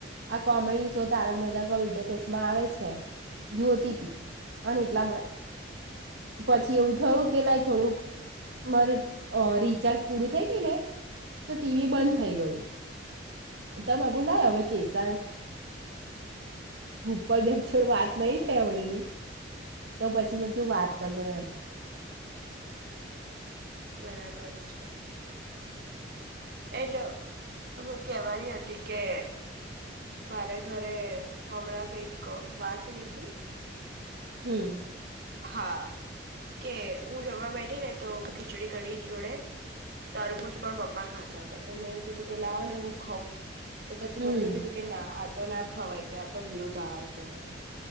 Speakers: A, on the right; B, on the right.
A: આ કોમેડી શો તારક મહેતા કા ઉલ્ટા ચશ્મા આવે છે, જોતી તી અને એટલામાં પછી એવું થયું કે લાય થોડુંક મારે અ રિચાર્જ પૂરું થઈ ગ્યું ને, તો ટીવી બંધ થઈ ગયું. તોમઘું લાય હવે કેસાર, રૂપલ બેન છોડ વાત નહી થઈ અડેની, તો પછી મેં કું વાત કર લઉ એમ.
B: બરાબર છે, એન્ડ હું કેવાની હતી કે, મારે ઘરે હમણાં કઈક વાત નીકળી
A: હમ્મ.
B: હા કે હું જવા બેઠી ને તો ખીચડી કડી જોડે તરબુજ પણ પપ્પા ખાતા હતા તો મેં એવું કીધું કે લાવ ને હું ખઉં તો પછી
A: હમ
B: મમ્મી એ કીધું કે ના આ તો ના ખવાય કે આ તો વિરુદ્ધ આહાર કેવાય કે.